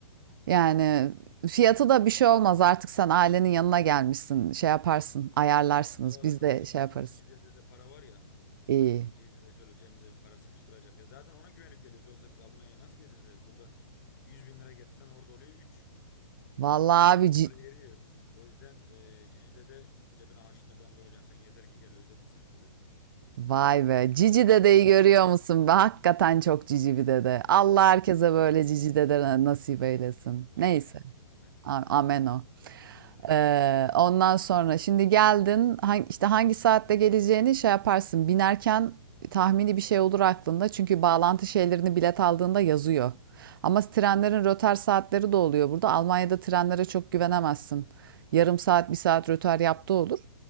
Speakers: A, on the right; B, on the left.
A: Yani fiyatı da bir şey olmaz. Artık sen ailenin yanına gelmişsin. Şey yaparsın, ayarlarsınız.
B: Yo
A: Biz
B: yo
A: de
B: bizim
A: şey yaparız.
B: bizim Cizre'de de para var ya.
A: İyi.
B: Cizre'de şöyle cebimize bir para sıkıştıracak ya. Zaten ona güvenip geliyoruz. Yoksa biz Almanya'ya nasıl geleceğiz? Yani Buradan 100 bin lira getirsen orada oluyor üç
A: Vallahi
B: Bir
A: abi
B: anda
A: ci-
B: para eriyor. O yüzden e, Cizre'de cebine harçlığını ben koyacağım. Sen yeter ki gel özledik sen dedi.
A: vay be. Cici
B: Ondan
A: dedeyi
B: sonra.
A: görüyor musun be? Hakikaten çok cici
B: Ya,
A: bir dede. Allah
B: ya
A: herkese
B: çok
A: böyle
B: çok.
A: cici dede nasip eylesin.
B: Amen.
A: Neyse.
B: Amen.
A: A- Amen o.
B: Evet.
A: Ee, ondan sonra şimdi geldin hang- işte hangi saatte geleceğini şey yaparsın binerken tahmini bir şey olur aklında çünkü bağlantı şeylerini bilet aldığında yazıyor. Ama trenlerin rötar saatleri de oluyor burada. Almanya'da trenlere çok güvenemezsin. Yarım saat, bir saat rötar yaptığı olur.